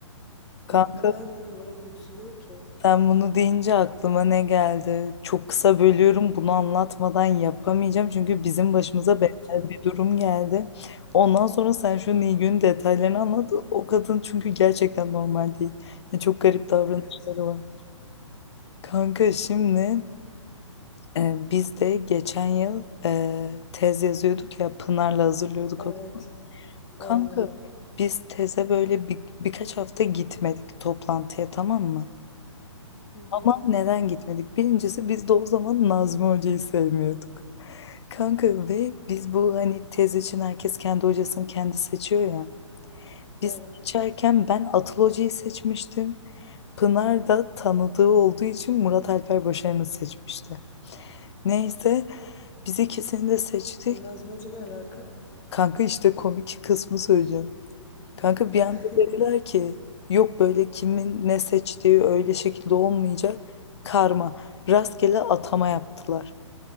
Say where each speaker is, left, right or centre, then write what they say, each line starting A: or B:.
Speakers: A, on the left; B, on the left.
A: Kanka
B: Ya o kadar böyle moralim bozuluyor ki.
A: Sen bunu deyince aklıma ne geldi? Çok kısa bölüyorum. Bunu anlatmadan yapamayacağım. Çünkü bizim başımıza
B: Anlat
A: benzer
B: canım.
A: bir durum geldi. Ondan sonra sen şu Nilgün'ün detaylarını anlat. O kadın çünkü gerçekten normal değil. Yani çok garip davranışları
B: Evet.
A: var. Kanka şimdi e, biz de geçen yıl e, tez yazıyorduk ya Pınar'la hazırlıyorduk.
B: Evet.
A: o- Kanka
B: Aynen.
A: biz teze böyle bir, birkaç hafta gitmedik toplantıya tamam mı?
B: Hı hı.
A: Ama neden gitmedik? Birincisi biz de o zaman Nazmi Hoca'yı sevmiyorduk. Kanka ve biz bu hani tez için herkes kendi hocasını kendi seçiyor ya. Biz
B: Evet.
A: seçerken ben Atıl Hoca'yı seçmiştim. Pınar da tanıdığı olduğu için Murat Alper Başaran'ı seçmişti. Neyse biz ikisini de seçtik.
B: E, Nazım Hoca ne alaka?
A: Kanka işte komik kısmı söyleyeceğim. Kanka bir
B: <laughs>
A: anda dediler ki yok böyle kimin ne seçtiği öyle şekilde olmayacak. Karma. Rastgele atama yaptılar.